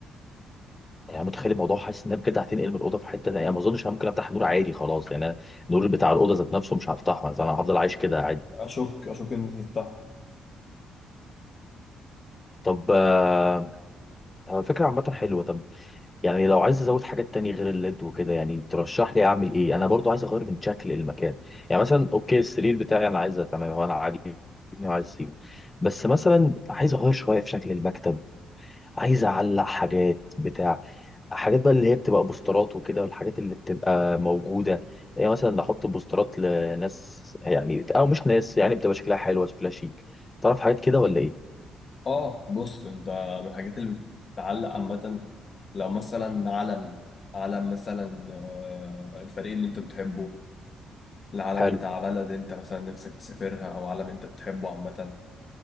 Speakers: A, on the left; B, on the left.
A: يعني أنا متخيل الموضوع حاسس ان انا بجد هتنقل من الاوضه في حته تانية يعني ما اظنش انا ممكن افتح النور عادي خلاص يعني أنا النور بتاع الاوضه ذات نفسه مش هفتحه فانا هفضل عايش كده عادي
B: اشك اشك ان انت تفتحه
A: طب آه، طب فكره عامه حلوه طب يعني لو عايز ازود حاجات تانية غير الليد وكده يعني ترشح لي اعمل ايه انا برضو عايز اغير من شكل المكان يعني مثلا اوكي السرير بتاعي انا عايزه تمام هو انا عاجبني وعايز اسيبه بس مثلا عايز اغير شويه في شكل المكتب عايز اعلق حاجات بتاع حاجات بقى اللي هي بتبقى بوسترات وكده والحاجات اللي بتبقى موجودة يعني مثلا نحط بوسترات لناس يعني أو مش ناس يعني بتبقى شكلها حلوة شكلها شيك تعرف حاجات كده ولا إيه؟
B: اه بص انت من الحاجات اللي بتتعلق عامه لو مثلا علم علم مثلا آه، الفريق اللي انت بتحبه العلم
A: حلو
B: بتاع بلد انت مثلا نفسك تسافرها او علم انت بتحبه عامه